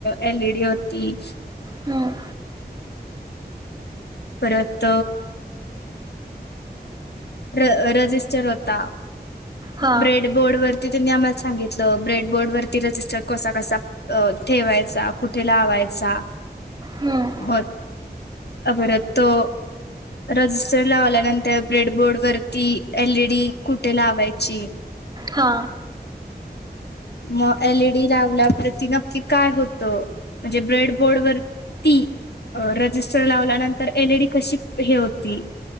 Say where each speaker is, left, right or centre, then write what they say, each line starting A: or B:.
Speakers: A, on the left; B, on the right.
A: एलईडी होती
B: हम्म
A: परत र रजिस्टर होता
B: हा
A: ब्रेडबोर्ड वर ते त्यांनी आम्हाला सांगितलं ब्रेडबोर्ड वरती रजिस्टर कसा कसा ठेवायचा कुठे लावायचा
B: हम्म
A: बल अ बर तो रजिस्टर लावल्यानंतर ब्रेडबोर्ड वरती एलईडी कुठे लावाय ची
B: हा
A: मग एलईडी लावल्यावरती नक्की काय होतं? म्हणजे ब्रेडबोर्ड वरती रजिस्टर लावल्यानंतर एलईडी कशी? हे होती.